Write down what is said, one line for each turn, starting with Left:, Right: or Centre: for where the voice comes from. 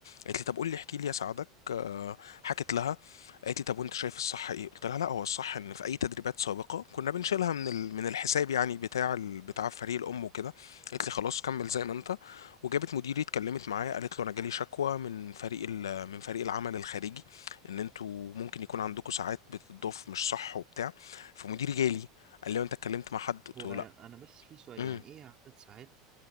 Left: قالت لي طب قول لي احكي لي اساعدك آه، حكت لها قالت لي طب وانت شايف الصح ايه قلت لها لا هو الصح ان في اي تدريبات سابقه كنا بنشيلها من ال... من الحساب يعني بتاع ال... بتاع فريق الام وكده قالت لي خلاص كمل زي ما انت وجابت مديري اتكلمت معايا قالت له انا جالي شكوى من فريق ال... من فريق العمل الخارجي ان انتوا ممكن يكون عندكم ساعات بتضاف مش صح وبتاع فمديري جالي قال لي انت اتكلمت مع حد قلت
Right: هو
Left: له
Right: انا
Left: لا
Right: بس في سؤال
Left: امم
Right: يعني ايه عدد ساعات